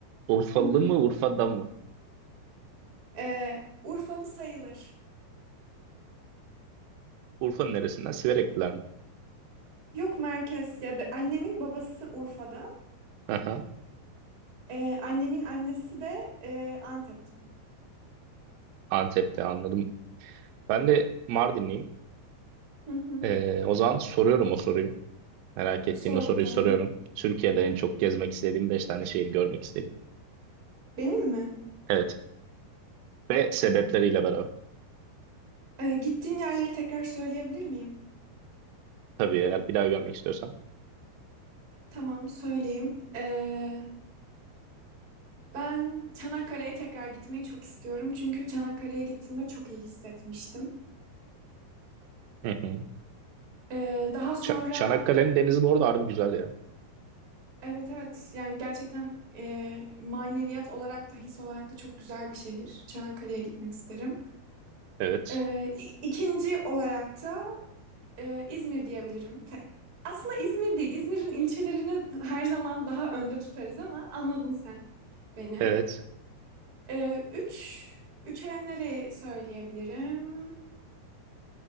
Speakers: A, on the right; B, on the right.
A: Urfalı
B: Hı hı.
A: mı, Urfa'da mı?
B: Ee, Urfalı sayılır.
A: Urfa'nın neresinden? Siverekliler mi?
B: Yok merkez ya. da- Annemin babası Urfa'da.
A: Aha,
B: Ee, annemin annesi de e, Antep'te.
A: Antep'te anladım. Ben de Mardinliyim.
B: Hı hı.
A: Ee, o zaman soruyorum o soruyu. Merak ettiğim
B: Sor
A: o soruyu
B: bakalım.
A: soruyorum. Türkiye'de en çok gezmek istediğim 5 tane şehir görmek istediğim.
B: Benim mi?
A: Evet. Ve sebepleriyle beraber.
B: Ee, gittiğin yerleri tekrar söyleyebilir miyim?
A: Tabii eğer bir daha görmek istiyorsan.
B: Tamam, söyleyeyim. Ee, ben Çanakkale'ye tekrar gitmeyi çok istiyorum. Çünkü Çanakkale'ye gittiğimde çok iyi hissetmiştim.
A: Hı hı.
B: Ee, daha sonra
A: Ça- Çanakkale'nin denizi bu arada harbi güzel ya.
B: evet evet yani gerçekten e, maneviyat olarak da his olarak da çok güzel bir şehir. Çanakkale'ye gitmek isterim.
A: Evet.
B: Ee, i- ikinci olarak da e, İzmir diyebilirim. Te- Aslında İzmir değil. İzmir'in ilçelerini her zaman daha önde tutarız ama anladın sen beni.
A: Evet.
B: Ee, üç, üçe nereyi söyleyebilirim?